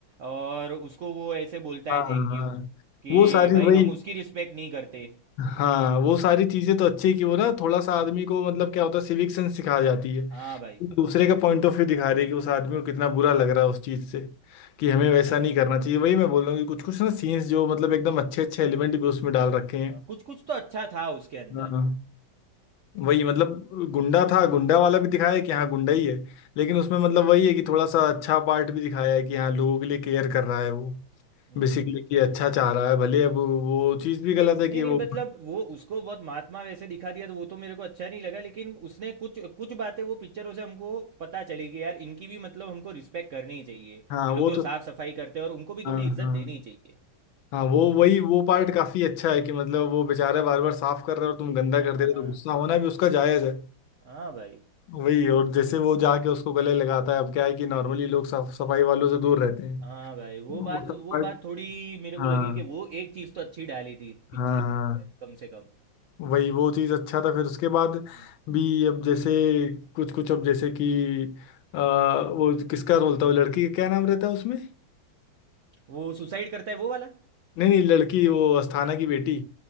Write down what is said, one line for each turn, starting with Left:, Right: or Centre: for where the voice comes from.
Right: और उसको वो ऐसे बोलता है
Left: हाँ
Right: थैंक
Left: हाँ
Right: यू कि
Left: वो सारी
Right: भाई
Left: वही
Right: हम उसकी रिस्पेक्ट नहीं करते
Left: हाँ वो सारी चीजें तो अच्छी है कि वो ना थोड़ा सा आदमी को मतलब क्या होता है सिविक सेंस सिखा जाती है
Right: हाँ भाई
Left: दूसरे का पॉइंट ऑफ व्यू दिखा रही है कि उस आदमी को कितना बुरा लग रहा है उस चीज से कि हमें वैसा नहीं करना चाहिए वही मैं बोल रहा हूँ कि कुछ कुछ ना सीन्स जो मतलब एकदम अच्छे अच्छे एलिमेंट भी उसमें डाल रखे
Right: हाँ,
Left: हैं
Right: कुछ कुछ तो अच्छा था उसके अंदर
Left: हाँ वही मतलब गुंडा था गुंडा वाला भी दिखाया है कि हाँ गुंडा ही है लेकिन उसमें मतलब वही है कि थोड़ा सा अच्छा पार्ट भी दिखाया है कि हाँ लोगों के लिए केयर कर रहा है वो
Right: हम्म
Left: बेसिकली कि अच्छा चाह रहा है भले अब वो चीज़ भी गलत है कि
Right: नहीं नहीं
Left: वो
Right: मतलब वो उसको बहुत महात्मा वैसे दिखा दिया तो वो तो मेरे को अच्छा नहीं लगा लेकिन उसने कुछ कुछ बातें वो पिक्चरों से हमको पता चली कि यार इनकी भी मतलब हमको रिस्पेक्ट करनी चाहिए
Left: हाँ
Right: ये लोग
Left: वो तो
Right: जो साफ सफाई करते हैं और उनको भी
Left: हाँ
Right: थोड़ी इज्जत
Left: हाँ
Right: देनी चाहिए
Left: हाँ वो वही वो पार्ट काफी अच्छा है कि मतलब वो बेचारा बार बार साफ कर रहे हो और तुम गंदा
Right: हाँ
Left: कर दे रहे हो तो गुस्सा होना भी उसका जायज है
Right: हाँ भाई
Left: वही और जैसे वो जाके उसको गले लगाता है अब क्या है कि नॉर्मली लोग साफ सफाई वालों से दूर रहते हैं
Right: हाँ भाई वो
Left: तो
Right: बात
Left: वो सब
Right: वो
Left: पार्ट
Right: बात थोड़ी मेरे
Left: हाँ
Right: को लगी कि वो एक चीज़ तो अच्छी डाली थी पिक्चर
Left: हाँ हाँ
Right: के अंदर कम से कम
Left: वही वो चीज़ अच्छा था फिर उसके बाद
Right: हम्म।
Left: भी अब जैसे कुछ कुछ अब जैसे कि आ, वो किसका रोल था वो लड़की का क्या नाम रहता है उसमें
Right: वो सुसाइड करता है वो वाला
Left: नहीं नहीं लड़की वो अस्थाना की बेटी